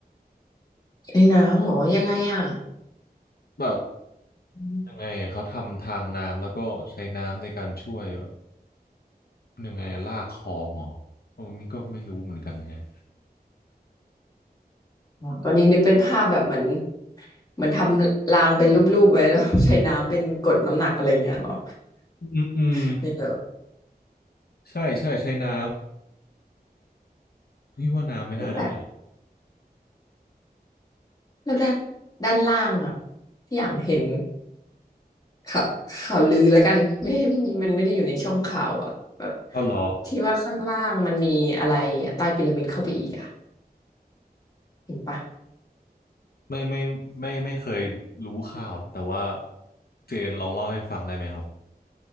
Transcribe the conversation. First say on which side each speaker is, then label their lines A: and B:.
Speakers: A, on the left; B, on the left.
A: ในน้ำหรอยังไงอะ
B: แบบ
A: อม
B: ยังไงอะเขาทำทางน้ำแล้วก็ใช้น้ำในการช่วยแบบยังไงอะลากคลองเหรอตรงนี้ก็ไม่รู้เหมือนกันแฮะ
A: อ๋อตอนนี้นึกเป็นภาพแบบเหมือนเหมือนทำรางเป็นรูปๆไว้แล้ว <laughs> ใช้น้ำเป็นกดน้ำหนักอะไรอย่างเงี้ยหรอ
B: อืมอืม
A: <laughs> นี่เหรอ
B: ใช่ใช่ใช้น้ำพี่ว่าน้ำไม่น่าได้
A: แปล แล้วด้านด้านล่างอ่ะพี่อย่างเห็นข่าวข่าวลือแล้วกันไม่มันไม่ได้อยู่ในช่องข่าวอ่ะแบบ
B: เอาเหรอ
A: ที่ว่าข้างล่างมันมีอะไรอะใต้พีระมิดเข้าไปอีกอ่ะเห็นปะ
B: ไม่ไม่ไม่ไม่เคยรู้ข่าวนะแต่ว่าเจนลองเล่าให้ฟังได้ไหมครับ